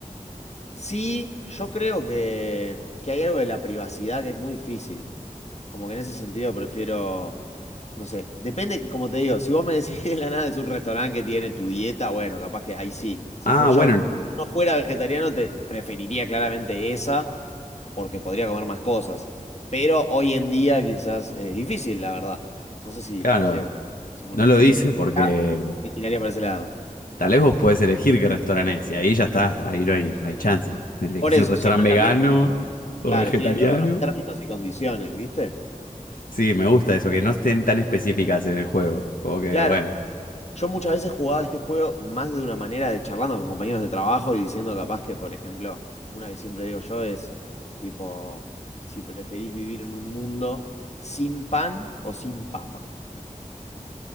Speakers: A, on the left; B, on the left.
A: Sí, yo creo que, que hay algo de la privacidad que es muy difícil. Como que en ese sentido prefiero, no sé, depende, como te digo, si vos me decís <laughs> de la nada es un restaurante que tiene tu dieta, bueno, capaz que ahí sí. Si
B: Ah,
A: fue yo,
B: bueno,
A: si no fuera vegetariano, te preferiría claramente esa. porque podría comer más cosas. Pero hoy en día quizás es difícil, la verdad. No sé si
B: claro,
A: podría comer
B: no
A: un extraño,
B: lo dice
A: pero
B: porque...
A: ya me tiraría para ese lado.
B: Tal vez vos podés elegir qué restaurante es, y ahí ya está, ahí no hay, no hay chance. Elegís
A: Por eso,
B: un restaurante
A: siempre también,
B: vegano o
A: claro,
B: vegetariano.
A: tiene que ver con los términos y condiciones, ¿viste?
B: Sí, me gusta eso, que no estén tan específicas en el juego. Como que,
A: Claro,
B: bueno.
A: yo muchas veces jugaba este juego más de una manera de charlando con compañeros de trabajo y diciendo capaz que, por ejemplo, una que siempre digo yo es tipo, si preferís vivir en un mundo sin pan o sin papa.